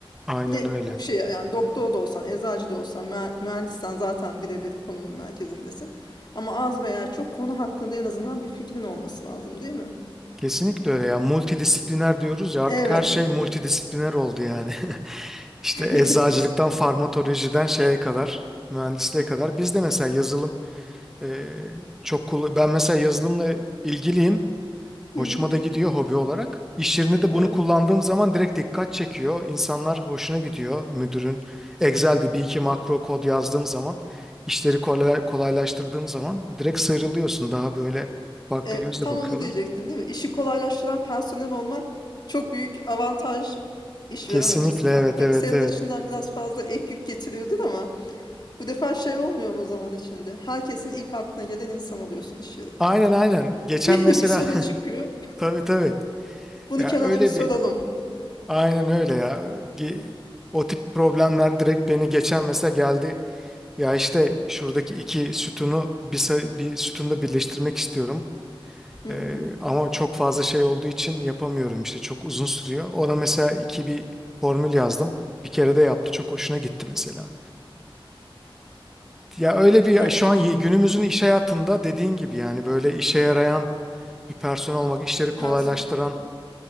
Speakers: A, in the centre; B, on the left (about 50°).
A: Aynen
B: Ne
A: öyle.
B: o şey yani doktor da olsan, eczacı da olsan, mühe- mühendissen zaten birebir konunun merkezindesin. Ama az veya çok konu hakkında en azından bir fikrin olması lazım, değil mi?
A: Kesinlikle öyle ya. Multidisipliner diyoruz ya artık
B: Evet.
A: her şey multidisipliner oldu yani. <laughs> İşte
B: <laughs>
A: eczacılıktan
B: Kes.
A: farmatolojiden şeye kadar, mühendisliğe kadar. Biz de mesela yazılım Ee, çok kullan ben mesela yazılımla ilgiliyim.
B: Hı
A: Hoşuma
B: hı.
A: da gidiyor hobi olarak. İş yerinde de
B: Evet.
A: bunu kullandığım zaman direkt dikkat çekiyor. İnsanlar hoşuna gidiyor. Müdürün Excel'de bir iki makro kod yazdığım zaman işleri kolay- kolaylaştırdığım zaman direkt sıyrılıyorsun. Daha böyle farklı
B: E,
A: gözle
B: tam
A: bakıyorlar.
B: onu diyecektim değil mi? İşi kolaylaştıran personel olmak çok büyük avantaj işveren
A: Kesinlikle
B: açısından.
A: evet
B: Tabii
A: evet
B: senin
A: evet.
B: açından biraz fazla ek yük getiriyordur ama bu defa şey olmuyor mu zaman içinde? Herkesin ilk aklına gelen insan oluyorsun iş yerinde.
A: Aynen aynen.
B: <laughs>
A: Geçen
B: Bir,
A: mesela
B: bir sorun çıkıyor.
A: <laughs> tabii tabii.
B: Bunu
A: Ya
B: Kenan'a
A: öyle
B: bir soralım.
A: bir aynen öyle ya. Ge- O tip problemler direkt beni geçen mesela geldi. Ya işte şuradaki iki sütunu bir, sa- bir sütunda birleştirmek istiyorum.
B: Hı
A: Ee,
B: hı.
A: ama çok fazla şey olduğu için yapamıyorum işte çok uzun sürüyor. Ona mesela iki bir formül yazdım. Bir kere de yaptı çok hoşuna gitti mesela. Ya öyle bir
B: Yani
A: şu an y- günümüzün iş hayatında dediğin gibi yani böyle işe yarayan bir personel olmak, işleri kolaylaştıran
B: personel.